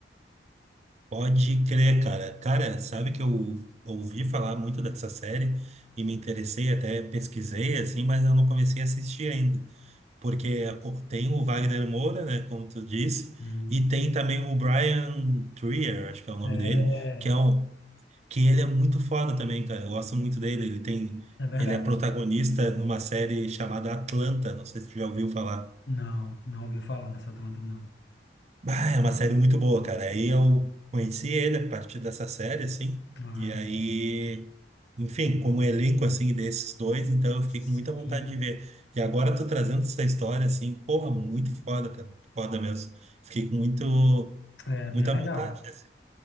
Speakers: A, on the right; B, on the left.
A: Pode crer, cara. Cara, sabe que eu ouvi falar muito dessa série e me interessei, até pesquisei, assim, mas eu não comecei a assistir ainda. porque tem o Wagner Moura, né, como tu disse,
B: Hum.
A: e tem também o Brian Trier, acho que é o nome
B: É,
A: dele, que é um que ele é muito foda também, cara. Eu gosto muito dele. Ele tem
B: é verdade.
A: ele é protagonista numa série chamada Atlanta, não sei se tu já ouviu falar.
B: Não, não ouvi falar nessa Atlanta, não.
A: Ah, é uma série muito boa, cara. Aí eu conheci ele a partir dessa série, assim.
B: Ah,
A: E aí,
B: sim.
A: enfim, como elenco, assim, desses dois, então
B: Sim,
A: eu fiquei com muita vontade de ver. E agora eu tô trazendo essa história, assim, porra, muito foda, cara. Foda mesmo. Fiquei com muito,
B: é bem
A: muita
B: legal.
A: vontade, assim.